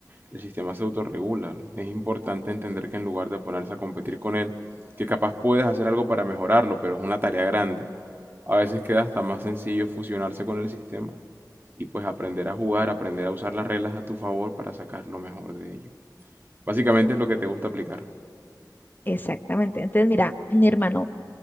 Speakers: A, on the right (about 30°); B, on the left (about 25°).
A: el sistema se autorregula. Es importante entender que en lugar de ponerse a competir con él, que capaz puedes hacer algo para mejorarlo, pero es una tarea grande, a veces queda hasta más sencillo fusionarse con el sistema y pues aprender a jugar, aprender a usar las reglas a tu favor para sacar lo mejor de ello. Básicamente es lo que te gusta aplicar,
B: Exactamente. Entonces, mira, mi hermano